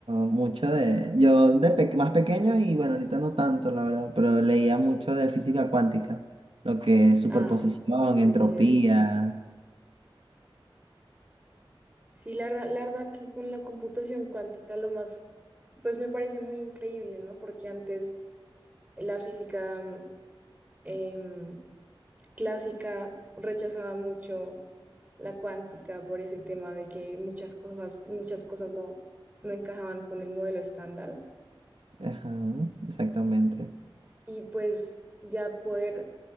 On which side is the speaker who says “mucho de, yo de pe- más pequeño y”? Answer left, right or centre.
Right